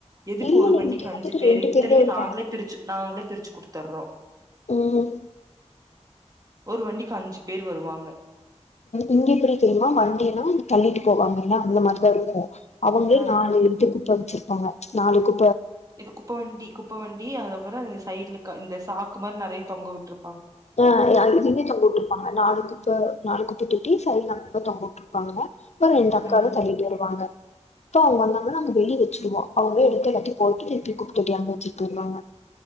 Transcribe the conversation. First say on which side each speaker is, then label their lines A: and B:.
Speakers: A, on the right; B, on the left.
A: எதுக்கு
B: இல்ல
A: ஒரு
B: இல்ல
A: வண்டிக்கு
B: இங்க
A: அஞ்சு
B: வந்துட்டு
A: பேரு
B: ரெண்டு
A: இத்தனைக்கும்
B: பேர் தா வருவாங்க
A: நாங்களே பிரிச்சு நாங்களே பிரிச்சு குடுத்தர்றோ
B: உம்
A: ஒரு வண்டிக்கு அஞ்சு பேர் வருவாங்க
B: இங்க எப்டி தெரியுமா வண்டியன்னா தள்ளிட்டு போவாங்கல்ல அந்த மாரிதான் இருக்கும் அவங்களே
A: ஆஹ
B: நாளு இன்டு குப்ப வச்சிருவேன் ப்பாங்க நாளுக்கு
A: இது குப்ப வண்டி குப்பவண்டி அத ம் சைட்ல இந்த சாக்கு மாரி நெறைய தொங்க விட்டுரு
B: ஆஹ் இதுவே தொங்க வுட்டுருப்பாங்க நாலு குப்ப நாலு குப்ப தொட்டி சைடுல அங்கங்க தொங்கு ட்ருப்பாங்க அப்புறம் ரெண்டு அக்காவும்
A: ம்
B: தள்ளிட்டு வருவாங்க இப்ப அவங்க வந்தங்கனா அங்க வெளிய வச்சுருவோம் அவங்க எடுத்து எல்லாத்தையும் பெருக்கி கொட்டிட்டு அங்க வச்சுட்டு போயிருவாங்க